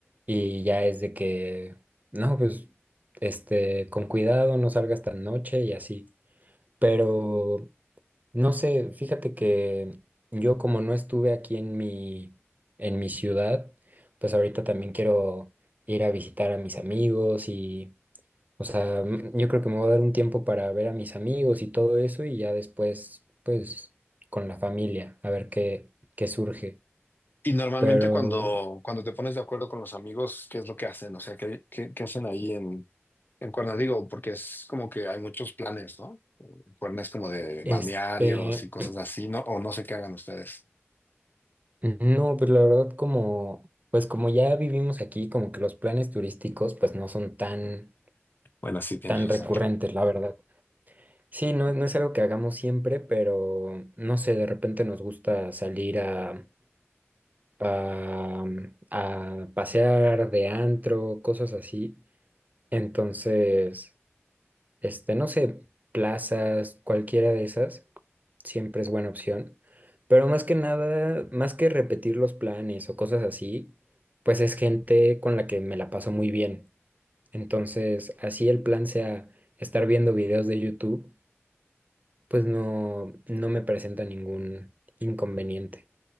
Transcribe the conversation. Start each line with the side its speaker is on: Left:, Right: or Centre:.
Right: y ya es de que, no, pues, este, con cuidado, no salgas tan noche y así. Pero, no sé, fíjate que yo como no estuve aquí en mi, en mi ciudad, pues ahorita también quiero ir a visitar a mis amigos y o sea, m- yo creo que me voy a dar un tiempo para ver a mis amigos y todo eso y ya después, pues, con la familia, a ver qué, qué surge.
Left: Y normalmente
Right: Pero,
Left: cuando, cuando te pones de acuerdo con los amigos, ¿qué es lo que hacen? O sea, ¿qué, qué, qué hacen ahí en, en Cuerna? Digo, porque es como que hay muchos planes, ¿no? Cuerna es como de
Right: este,
Left: balnearios y cosas así, ¿no? O no sé qué hagan ustedes.
Right: no, pues la verdad como, pues como ya vivimos aquí, como que los planes turísticos, pues no son tan,
Left: Bueno, sí, tienes
Right: tan
Left: razón.
Right: recurrentes, la verdad. Sí, no, no es algo que hagamos siempre, pero no sé, de repente nos gusta salir a, a, a pasear de antro, cosas así. Entonces, este, no sé, plazas, cualquiera de esas, siempre es buena opción. Pero más que nada, más que repetir los planes o cosas así, pues es gente con la que me la paso muy bien. Entonces, así el plan sea estar viendo videos de YouTube, pues no, no me presenta ningún inconveniente.